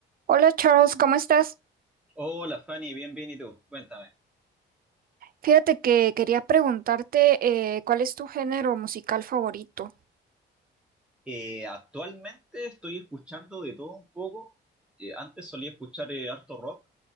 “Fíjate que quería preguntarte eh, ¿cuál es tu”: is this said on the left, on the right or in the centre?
Right